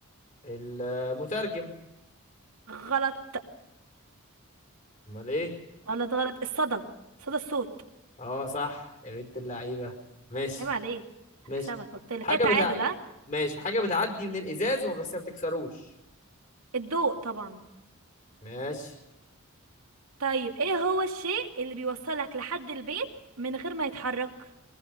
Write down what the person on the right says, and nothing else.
غلط
غلط غلط الصدى صدى الصوت
عيب عليك هكسبك
قلت لك
كده تعادل
ها
الضوء طبعا
طيب ايه هو الشيء اللي بيوصلك لحد البيت من غير ما يتحرك